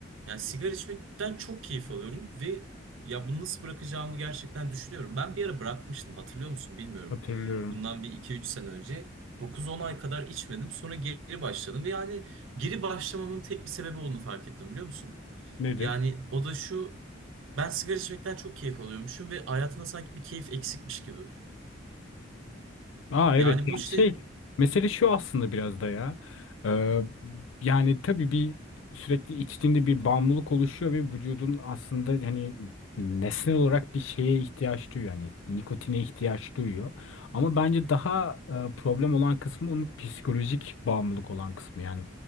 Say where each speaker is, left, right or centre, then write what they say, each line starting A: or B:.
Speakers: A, on the right (about 75°); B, on the left (about 80°).
A: yani sigara içmekten çok keyif alıyorum ve ya bunu nasıl bırakacağımı gerçekten düşünüyorum. Ben bir ara bırakmıştım hatırlıyor musun bilmiyorum.
B: hatırlıyorum.
A: Bundan bir iki üç sene önce dokuz on ay kadar içmedim sonra geri başladım ve yani geri başlamamın tek bir sebebi olduğunu fark ettim biliyor musun?
B: Nedir?
A: Yani o da şu ben sigara içmekten çok keyif alıyormuşum ve hayatımda sanki bir keyif eksikmiş gibi.
B: Aa
A: Yani
B: evet yani
A: bu işte
B: şey mesele şu aslında biraz da ya Ee, yani tabii bir sürekli içtiğinde bir bağımlılık oluşuyor ve vücudun aslında hani nesnel olarak bir şeye ihtiyaç duyuyor yani nikotine ihtiyaç duyuyor ama bence daha e, problem olan kısmı onun psikolojik bağımlılık olan kısmı yani